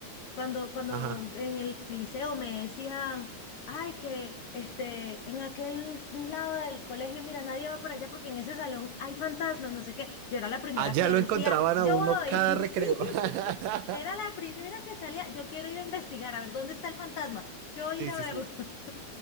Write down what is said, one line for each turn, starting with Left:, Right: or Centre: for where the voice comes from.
Left: cuando, cuando
Right: Ajá.
Left: en el liceo me decían, ay, que este, en aquel lado del colegio, mira, nadie va por allá porque en ese salón hay fantasmas, no sé qué, yo era la primera
Right: Allá
Left: que
Right: lo
Left: decía,
Right: encontraban
Left: yo
Right: a uno
Left: voy,
Right: cada
Left: <laughs>
Right: recreo.
Left: sí.
Right: <laughs>
Left: Era la primera que salía. Yo quiero ir a investigar, a ver dónde está el fantasma. Yo voy
Right: Sí,
Left: a ir a
Right: sí,
Left: verlo.
Right: sí.
Left: <laughs>